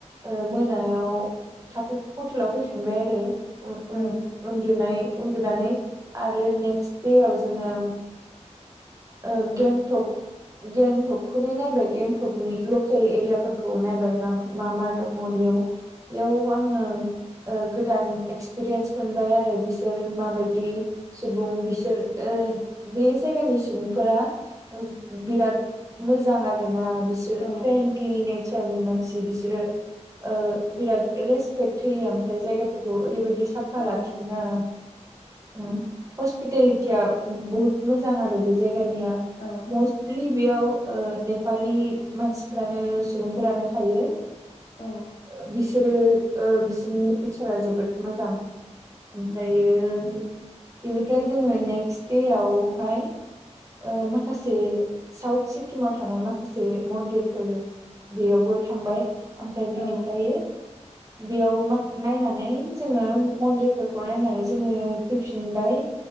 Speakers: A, on the right (about 25°); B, on the left (about 60°).
A: ओ मोनायाव थाफै हटेलाव फैफिनबाय आरो। ओ
B: औ
A: उ उन्दुनाय उन्दुनानै आरो नेक्स्ट देयाव जोङो ओ गेंटक गेंटकखौनो नायबाय गेंटकनि लकेल एरियाफोर खौ नायबाय मा मा मा दङ इयाव इयाव आङो ओ गोदान एक्सपिरियेन्स मोनबाय आरो बिसोर माबायदि सुबुं बिसोर। ओ बे जायगानि सुबुंफोरा ओस बिराद मोजां आरोना। बिसोर
B: औ
A: फ्रेन्डलि नेचारनि मानसि बिसोरो। ओ बिराद रेसपेक्ट होयो ओमफ्राय जायगाफोरखौ ओरैबायदि साफ फा
B: औ
A: लाखियोना उम हस्पिटालि तिया बुहुत मोजां आरो बे जायगानिया
B: औ
A: मस्त लि बेयाव ओ नेपालि मानसिफ्रानो सुबुंफोरानो थायो।
B: औ
A: ओ बिसोरो ओ बिसोरनि नेचारा जोबोद मोजां। ओमफ्रायो
B: उम
A: बेनिफ्राय जोङो नेक्स्ट देयाव हाय ओ माखासे साउथ सिक्किमाव थानाय माखासे मन्दिरफोर बेयावबो थांबाय ओमफ्राय बिनिफ्रायो
B: औ
A: बेयाव मा नायनानै जोङो मन्दिरफोरखौ नायनानै जोङो फैफिनबाय।